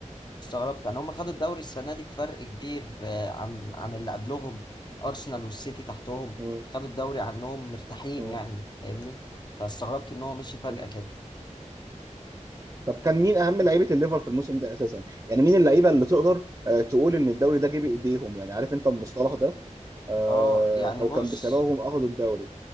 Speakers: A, on the left; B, on the right.
A: استغربت يعني هم خدوا الدوري السنه دي بفرق كبير آه، عن عن اللي قبلهم ارسنال والسيتي تحتهم
B: م-
A: خدوا الدوري عنهم مرتاحين
B: م-
A: يعني فاهمني فاستغربت ان هو مشي فجاه
B: م.
A: كده
B: طب كان مين اهم لعيبه الليفر في الموسم ده اساسا يعني مين اللعيبه اللي تقدر آه، تقول ان الدوري ده جه بايديهم يعني عارف انت المصطلح ده آه،
A: اه يعني
B: او
A: بص
B: كان بسببهم اخذوا الدوري